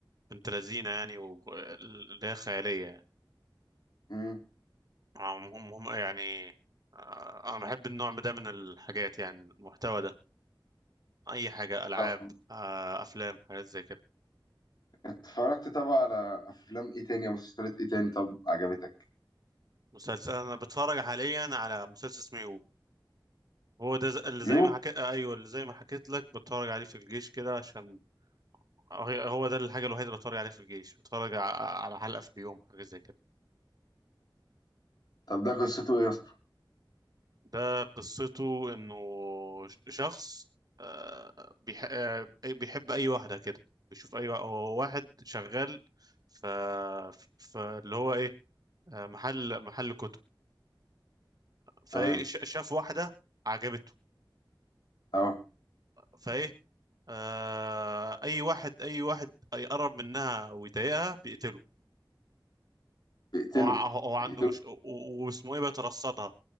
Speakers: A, on the right; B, on the left.
A: بنت لذينة يعني و- اللي هي خيالية يعني
B: امم
A: آه، هم هم هم يعني آه، أنا بحب النوع ده من الحاجات يعني المحتوى ده أي حاجة ألعاب
B: طب
A: آه، أفلام حاجات زي كده
B: اتفرجت طبعا على افلام ايه تاني او مسلسلات ايه تاني طب عجبتك
A: مسلسل أنا بتفرج حاليا على مسلسل اسمه يو هو ده ز- اللي زي
B: يو
A: ما حكيت ايوه اللي زي ما حكيت لك بتفرج عليه في الجيش كده عشان هي- هو ده الحاجه الوحيده اللي بتفرج عليه في الجيش بتفرج ع- على حلقه في اليوم حاجه زي كده
B: طب ده قصته ايه يا اسطى
A: ده قصته انه ش- شخص آه، بيح- آه، بيحب اي واحده كده بيشوف اي وا- هو واحد شغال ف ف- اللي هو ايه آه، محل محل كتب فايه
B: تمام
A: ش- شاف واحده عجبته
B: اه
A: فايه آه، اي واحد اي واحد يقرب منها ويضايقها بيقتله
B: بيقتله
A: هو هو هو عنده
B: بيقتله
A: مش و- و- واسمه ايه بيترصدها